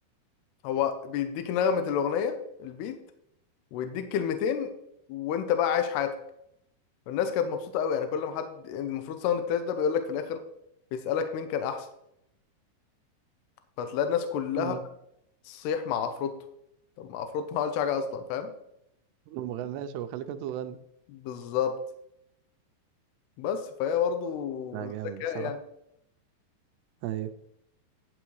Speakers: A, on the left; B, on the right.
A: هو بيديك نغمه الاغنيه البيت ويديك كلمتين وانت بقى عايش حياتك الناس كانت مبسوطه قوي يعني كل ما حد يعني المفروض ساوند كلاش ده بيقول لك في الاخر بيسالك مين كان احسن فتلاقي الناس كلها
B: امم
A: تصيح مع عفروتو طب ما عفروتو ما عملش حاجه اصلا فاهم
B: ما غناش هو خليك انت تغني
A: بالظبط بس فهي برضه
B: لا جامد
A: ذكاء
B: بصراحة
A: يعني
B: ايوه